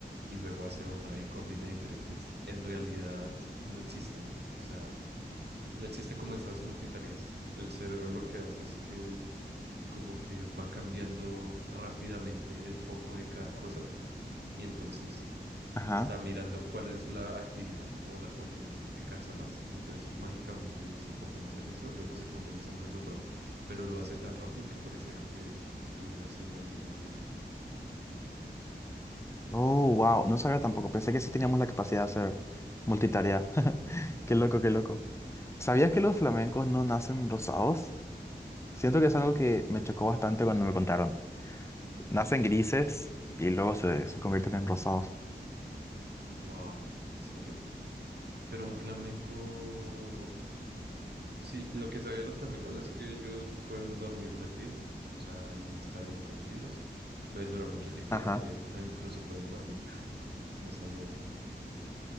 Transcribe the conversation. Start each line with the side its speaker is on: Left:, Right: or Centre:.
Right: y luego hace otra y coordina diferentes, en realidad no existe. O sea, No existe como esas multitareas. El cerebro lo que hace es que como que va cambiando rápidamente el foco de cada cosa y entonces
Left: Ajá.
Right: está mirando cuál es la actividad o la coordinación que cansa más y entonces mágicamente se focaliza en eso, luego se focaliza en el otro, pero lo hace tan rápido que pareciera que lo estuviera haciendo al mismo tiempo.
Left: Oh, wow, no sabía tampoco. Pensé que sí teníamos la capacidad de hacer multitarea. <laughs> Qué loco, qué loco. ¿Sabías que los flamencos no nacen rosados? Siento que es algo que me chocó bastante cuando me contaron. Nacen grises y luego se, se convierten en rosados.
Right: Wow, ¿en serio? Pero un flamenco Sí, lo que sabía los flamencos es que ellos pueden dormir de pie, o sea, y estar ahí tranquilos. Pueden durar mucho tiempo
Left: Ajá.
Right: ahí de pie, ah, incluso pueden dormir. <laughs> No sabía eso.